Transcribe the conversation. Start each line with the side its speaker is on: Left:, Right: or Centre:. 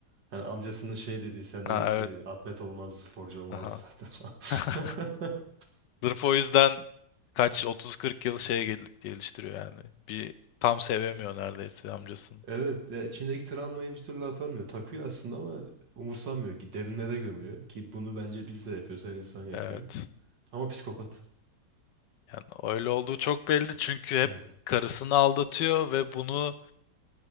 Right: Hani amcasının şey dediği senden
Left: ha,
Right: hiç
Left: evet,
Right: e, atlet olmazdı sporcu olmazdı
Left: aha.
Right: zaten falan. <laughs>
Left: <laughs> Sırf o yüzden kaç 30-40 yıl şeye gel- geliştiriyor yani. Bir tam sevemiyor neredeyse amcasını.
Right: Evet ya içindeki travmayı bir türlü atamıyor. Takıyor aslında ama umursamıyor ki derinlere gömüyor ki bunu bence biz de yapıyoruz her insan yapıyor.
Left: Evet.
Right: Ama psikopat.
Left: Yani öyle olduğu çok belli çünkü hep
Right: Evet.
Left: karısını aldatıyor ve bunu